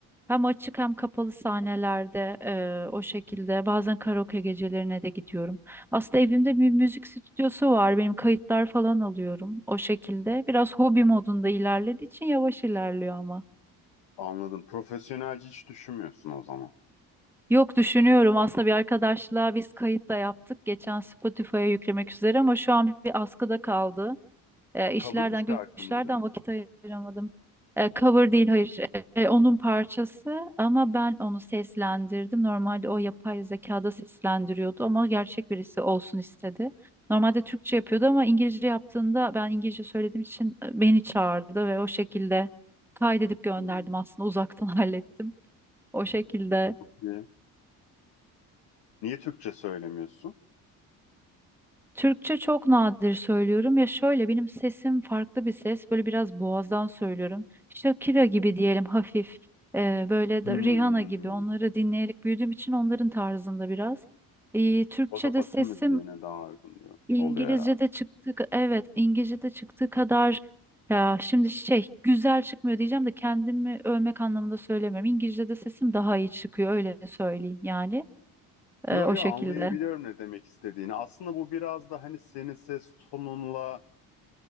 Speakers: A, in the centre; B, on the left.
A: hem açık hem kapalı sahnelerde e, o şekilde bazen karaoke gecelerine de gidiyorum. Aslında evimde bir müzik stüdyosu var. Benim kayıtlar falan alıyorum o şekilde. Biraz hobi modunda ilerlediği için yavaş ilerliyor ama.
B: Anladım. Profesyonelce hiç düşünmüyorsun o zaman.
A: Yok düşünüyorum aslında bir arkadaşla biz kayıt da yaptık. Geçen Spotify'a yüklemek üzere ama şu an bir askıda kaldı. E, işlerden
B: Cover bir şarkı
A: güçlerden
B: mıydı?
A: vakit ayıramadım. E, cover değil hayır. E, onun parçası ama ben onu seslendirdim. Normalde o yapay zekada seslendiriyordu ama gerçek birisi olsun istedi. Normalde Türkçe yapıyordu ama İngilizce yaptığında ben İngilizce söylediğim için e, beni çağırdı ve o şekilde kaydedip gönderdim
B: Hmm.
A: aslında uzaktan <laughs> hallettim. O şekilde
B: Niye? Niye Türkçe söylemiyorsun?
A: Türkçe çok nadir söylüyorum ya şöyle benim sesim farklı bir ses böyle biraz boğazdan söylüyorum. Shakira gibi diyelim hafif e, böyle
B: Hmm.
A: de Rihanna gibi onları dinleyerek büyüdüğüm için onların tarzında biraz. E, Türkçe'de
B: O da Batı
A: sesim
B: müziğine daha uygun diyor-
A: İngilizce'de
B: oluyor herhalde.
A: çıktı evet İngilizce'de çıktığı kadar ya şimdi şey güzel çıkmıyor diyeceğim de kendimi övmek anlamında söylemiyorum. İngilizce'de sesim daha iyi çıkıyor öyle söyleyeyim yani E,
B: Yo
A: o
B: yo
A: şekilde.
B: anlayabiliyorum ne demek istediğini. Aslında bu biraz da hani senin ses tonunla